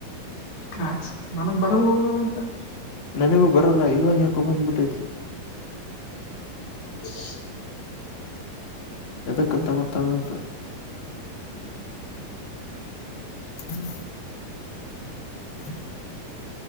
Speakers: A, on the left (about 85°); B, on the left (about 40°).
A: ಕ್ರ್ಯಾಕ್ಸ್ ನನಗ್ ಬರಲ್ ನೋಡಬೇಕ ಎ
B: ನನಗೂ ಬರಲ್ಲ ಇವಾಗ ಯಾಕೊ ಬಂದ್ಬಿಟ್ಟೈತಿ
A: ಹ
B: ಎದಕ್ಕಂತ ಗೊತ್ತಾಗಂತ ಹ್ಮ ಹ್ಮ